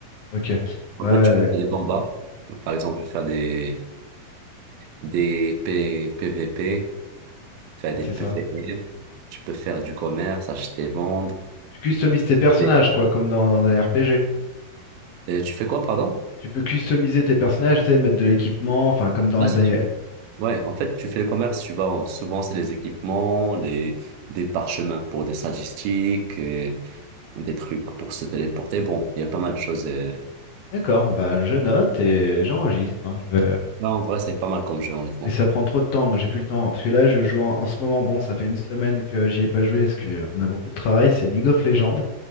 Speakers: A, on the left; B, on the right.
A: Ok. Ouais,
B: En
A: ouais,
B: fait, tu peux
A: d'accord.
B: faire des combats. Par exemple, faire des, des P- PVP, faire
A: Ouais,
B: des
A: C'est
B: PVE.
A: ça.
B: Tu peux faire du commerce, acheter, vendre.
A: Tu customises tes personnages
B: Et,
A: quoi, comme dans, un RPG.
B: et tu fais quoi, pardon?
A: Tu peux customiser tes personnages, tu sais, mettre de l'équipement, enfin, comme dans.
B: Ah, c'est
A: des-
B: sûr. Ouais, en fait, tu fais le commerce, tu vas souvent, c'est les équipements, les, des parchemins pour des statistiques, et des trucs pour se téléporter. Bon, il y a pas mal de choses. euh.
A: D'accord, bah je note et j'enregistre. hein. Je vais-
B: Non, en vrai, c'est pas mal comme jeu, honnêtement.
A: Mais ça prend trop de temps, moi j'ai plus le temps. Parce que là, je joue en, en ce moment, bon, ça fait une semaine que j'y ai pas joué parce qu'on a beaucoup de travail, c'est League of Legends.